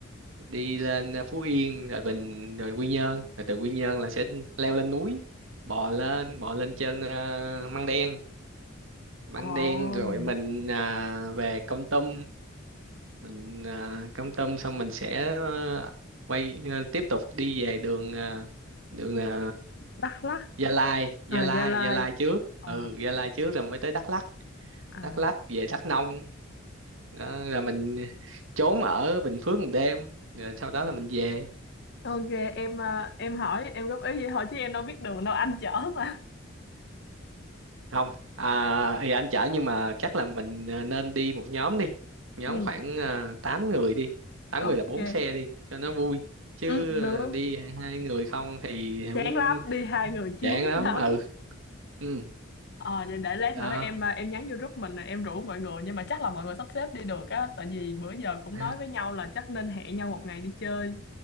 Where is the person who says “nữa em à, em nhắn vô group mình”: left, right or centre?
Left